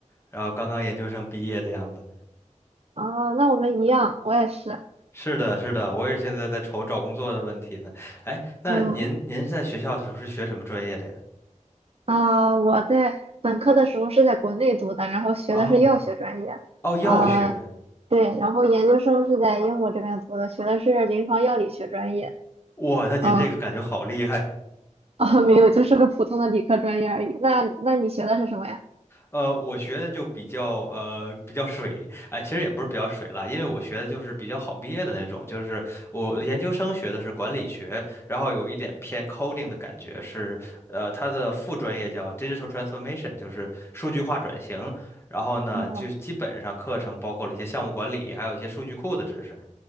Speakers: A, on the left; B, on the right.
A: 然后刚刚研究生毕业的样子。
B: 啊，那我们一样，我也是。
A: 是的，是的，我也现在在愁找工作的问题呢。哎，那您您在学校的时候是学什么专业的呀？
B: 嗯啊，我在本科的时候是在国内读的，然后学的是药学专业。
A: 哦哦，药学，
B: 啊，对，然后研究生是在英国这边读的，学的是临床药理学专业。
A: 哇，那您这个感觉好厉害
B: 嗯啊，没有，就是个普通的理科专业而已。那那你学的是什么呀？
A: 呃，我学的就比较呃比较水，哎、其实也不是比较水了，因为我学的就是比较好毕业的那种，就是我研究生学的是管理学，然后有一点偏 coding 的感觉是，呃，它的副专业叫 digital transformation，就是数据化转型，然后呢，
B: 哦
A: 就基本上课程包括了一些项目管理，还有一些数据库的知识，